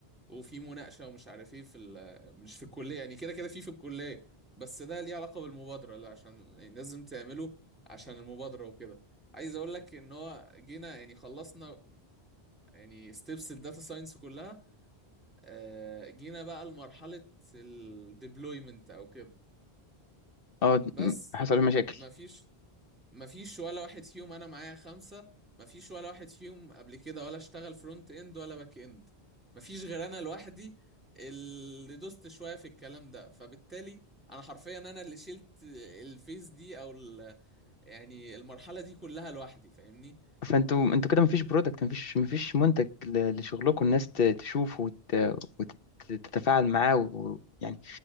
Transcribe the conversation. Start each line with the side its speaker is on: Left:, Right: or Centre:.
Centre: وفي مناقشة ومش عارف ايه في ال... مش في الكلية يعني كده كده في في الكلية بس ده ليه علاقة بالمبادرة لا عشان يعني لازم تعمله عشان المبادرة وكده عايز اقول لك ان هو جينا يعني خلصنا يعني ستيبس الداتا ساينس كلها آه، جينا بقى لمرحلة الديبلويمنت او كده
Left: اه
Centre: بس
Left: حصل مشاكل
Centre: ما ما فيش ما فيش ولا واحد فيهم انا معايا خمسة ما فيش ولا واحد فيهم قبل كده ولا اشتغل فرونت اند ولا باك اند ما فيش غير انا لوحدي اللي دوست شوية في الكلام ده فبالتالي انا حرفيا انا اللي شلت الفيس دي او ال- يعني المرحلة دي كلها لوحدي فاهمني
Left: فانتوا انتوا كده مفيش برودكت مفيش مفيش منتج ل- لشغلكم الناس ت- تشوفه وت- وتتفاعل معاه ويعني